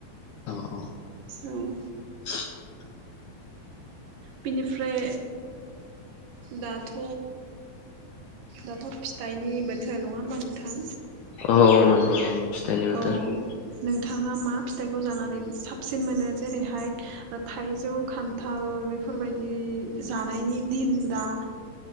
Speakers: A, on the left; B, on the right.
A: औ औ
B: औ।
A: <unintelligible>
B: बिनिफ्राय दाथ' दाथ' फिथाइनि बोथोर नङा होमबा नोंथां?
A: औ नंगौ नंगौ। <unintelligible>
B: औ नोंथाङा मा फिथाइखौ जानानै साबसिन मोनो जेरैहाय थाइजौ, खान्थाल बेफोरबायदि जानायनि दिन दा